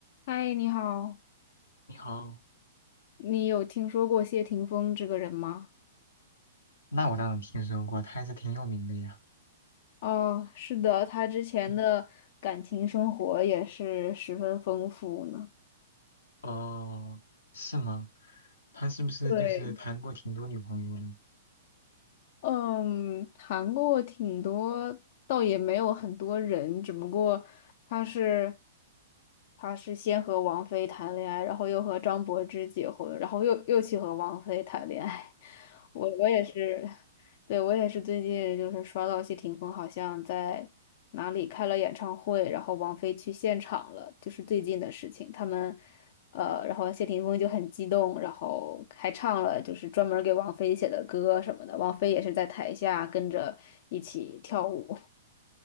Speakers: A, on the left; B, on the left.
A: 嗨，你好，
B: 你好，
A: 你有听说过谢霆锋这个人吗？
B: 那我当然听说过，他还是挺有名的呀。
A: 哦，是的，他之前的感情生活也是十分丰富呢。
B: 嗯哦，是吗？他是不是就是谈过挺多女朋友呢？
A: 对，嗯，谈过挺多，倒也没有很多人，只不过他是他是先和王菲谈恋爱，然后又和张柏芝结婚，然后又又去和王菲谈恋爱。<laughs> 我我也是，对，我也是最近就是刷到谢霆锋好像在哪里开了演唱会，然后王菲去现场了，就是最近的事情。他们呃，然后谢霆锋就很激动，然后还唱了就是专门给王菲写的歌什么的，王菲也是在台下跟着一起跳舞。